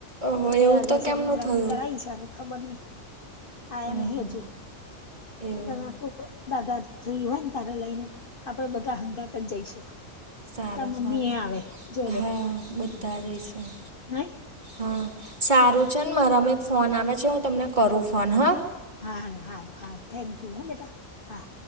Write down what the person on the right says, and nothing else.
ઓહો
એવું
તો
કેમનું થયું
હમ
હમ
એવું
હા સારું
સારું
હા બધા જઈશું.
હા, સારું ચલ મારામાં એક ફોન આવે છે હું તમને કરું ફોન હ